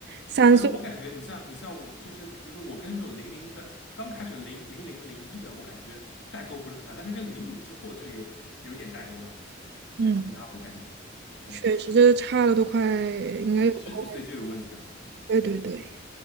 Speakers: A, on the right (about 60°); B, on the left (about 65°).
A: 三岁
B: 没有，我感觉你像你像我，就是比如说我跟那种零零的，刚开始零零零零一的，我感觉代沟不是很大，但是跟零五之后就有有点代沟了，
A: 嗯，
B: 还挺大的，我感觉，嗯
A: 确实就是差了都快应该有快，
B: 嗯，十几岁就有问题了，嗯，
A: 对对对。